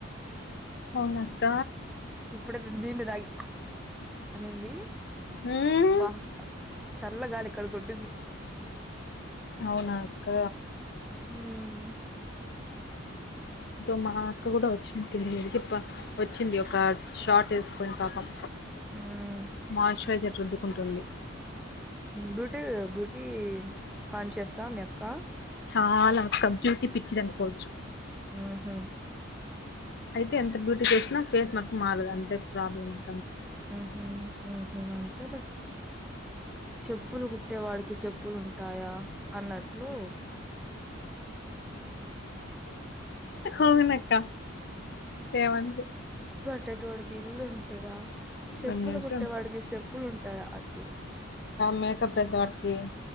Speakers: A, on the left; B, in the centre.
A: అవునాక్క
B: ఇప్పుడే దీన్ని దాగి అనింది
A: ఉమ్
B: అబ్బ చల్లగాలి ఇక్కడ కొట్టింది
A: అవునాక్క
B: ఉం
A: సో మా అక్క కూడా వచ్చినంటుంది మీకి వచ్చింది ఒక షార్ట్ వేసుకొని పాపం
B: ఉమ్
A: మాశరైజర్ రుద్దుకుంటుంది
B: బ్యూటీ బ్యూటీ కాన్షియసా మీ అక్క
A: చాలాక్క బ్యూటీ పిచ్చిది అనుకోవచ్చు
B: ఆహా
A: అయితే ఎంత బ్యూటిఫికేషిన ఫేస్ మర్క్ మారదు అంతే ప్రాబ్లంత
B: ఉమ్ ఉహు అంతలే చెప్పులు కుట్టే వాడికి చెప్పులుంటాయా అన్నట్లు
A: అవునక్క ఏమంది
B: కుట్టే వాడికి ఇల్లు ఉంటందా సేప్పులు
A: అన్నట్టు
B: కుట్టే వాడికి సేప్పులు ఉంటాయా అట్లా
A: మేకప్ చేసేవాడికి